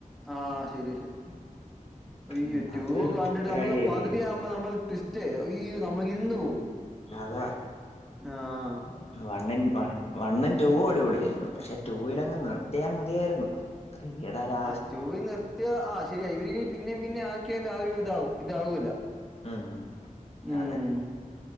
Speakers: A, in the centre; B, on the left (about 45°).
A: ആഹ് ശെരിയാ ശെരിയാഅയ്യോ
B: ഉം
A: റ്റൂ
B: അത്
A: കണ്ടിട്ട്
B: ഒരടിയായി
A: നമുക്ക് പകുതിയാവുമ്പോ
B: പോയി.
A: നമ്മൾ ട്വിസ് റ്റേ അയ്യോ നമ്മളിരുന്ന് പോവും.
B: അതാ
A: ആഹ്
B: വണ്ണി വണ്ണും റ്റൂവും അടിപൊളിയായിരുന്നു പക്ഷെ ടൂവിലങ്ങ് നിർത്തിയാ മതിയായിരുന്നു. ത്രീയടെ രാ
A: ആഹ് റ്റൂവിൽ നിർത്തിയ ആഹ് ശരിയ ഇവര് ഇനി പിന്നേം പിന്നേം ആക്കിയാല് ആഹ് ഒരു ഇതാവു ഇതാവൂല
B: ഉം ഉം
A: ഉം
B: അതെ